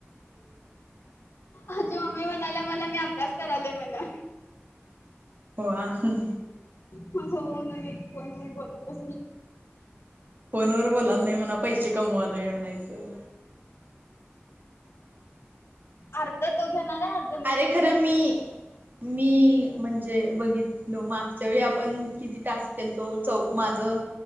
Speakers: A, on the left (about 70°); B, on the right (about 45°).
A: आमची मम्मी म्हणाल्या मला, मी अभ्यास करालोय म्हणं.
B: हो आ हं...
A: भाऊ म्हणालाय ती फोनवर बोलत बसल्या.
B: फोनवर बोलालो नाही म्हणायचं, पैशे कमवालोय म्हणायचं.
A: अर्ध तो घेणार आहे अर्
B: अरे खरं मी, मी म्हणजे बघित तलो मागच्या वेळी आपण किती टास्क केलतो चौ माझं